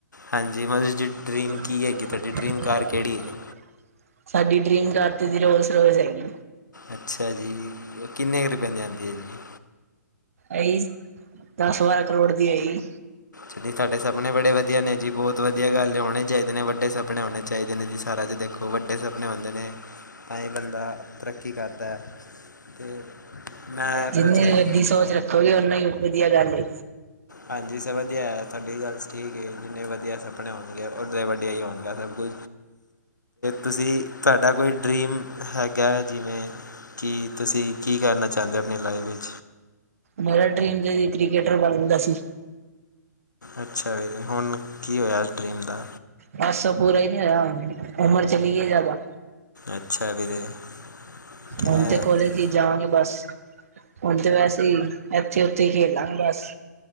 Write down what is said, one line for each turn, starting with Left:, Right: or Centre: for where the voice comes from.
Left: ਹਾਂਜੀ ਮਤਲਬ ਜੀ ਡਰੀਮ
Right: <unintelligible>
Left: ਕੀ ਹੈਗੀ ਤੁਹਾਡੀ ਡਰੀਮ ਕਾਰ ਕਿਹੜੀ ਹੈ?
Right: ਸਾਡੀ ਡਰੀਮ ਕਾਰ ਤੇ ਜੀ ਰੋਜਰੋਯਾਲ ਹੈਗੀ।
Left: ਅੱਛਾ ਜੀ ਉਹ ਕਿੰਨੇ ਰੁਪਏ ਲਿਆਂਦੇ ਹੈ ਜੀ
Right: ਇਹੀ ਦਸ ਬਾਰਾਂ ਕਰੋੜ ਦੀ ਆਈ।
Left: ਤੁਹਾੜੇ ਸਪਨੇ ਬੜੇ ਵਧੀਆ ਨੇ ਜੀ ਬਹੁਤ ਵਧੀਆ ਗੱਲ ਹੋਣੇ ਚਾਹੀਦੇ ਨੇ ਵੱਡੇ ਸਪਨੇ ਹੋਣੇ ਚਾਹੀਦੇ ਨੇ ਜੀ ਸਾਰਾ। ਦੇਖੋ ਵੱਡੇ ਸੁਪਨੇ ਹੁੰਦੇ ਨੇ ਤਾਈ ਬੰਦਾ ਤਰੱਕੀ ਕਰਦਾ। ਤੇ ਮੈਂ
Right: ਜਿੰਨੀ
Left: ਪੁੱਛ ਰਿਹਾ
Right: ਵੱਡੀਸੋਚ ਰੱਖੋਗੇ ਓਨਾ ਹੀ ਵਧੀਆ ਗੱਲ ਏ।
Left: ਹਾਂਜੀ ਸਭ ਵਧੀ ਤੁਹਾਡੀ ਗੱਲ ਠੀਕ ਏ ਜਿੰਨੇ ਵਧੀਆ ਸਪਨੇ ਹੋਣਗੇ ਉਡੀ ਵੱਡੇ ਹੀ ਹੋਣਗੇ ਸਭ। <unintelligible> ਤੁਸੀ ਤੁਹਾਡਾ ਕੋਈ ਡਰੀਮ ਹੈਗਾ ਜਿਵੇਂ। ਕੀ ਤੁਸੀ ਕੀ ਕਰਨਾ ਚਾਹੁੰਦੇ ਹੋ ਆਪਣੀ ਲਾਈਫ ਵਿੱਚ
Right: ਮੇਰਾ ਡਰੀਮ ਤੇ ਕ੍ਰਿਕਟਰ ਬਣਨ ਦਾ ਸੀ।
Left: ਅੱਛਾ ਜੀ ਹੁਣ ਕੀ ਹੋਇਆ ਉਸ ਡ੍ਰਰੀਮ ਦਾ
Right: ਬੱਸ ਪੂਰਾ ਹੀ ਨਹੀਂ ਹੋਇਆ ਉਮਰ ਚਲੀ ਗਈ ਜ਼ਿਆਦਾ
Left: ਅੱਛਾ ਵੀਰੇ। ਅ
Right: ਹੁਣ ਤੇ ਕੋਲੇਜ ਹੀ ਜਾਵਾਂਗੇ ਬਸ। ਹੁਣ ਤੇ ਵੈਸੇ ਹੀ ਇੱਥੇ ਉਥੀ ਹੀ ਖੇਲਾਗੇ ਬਸ।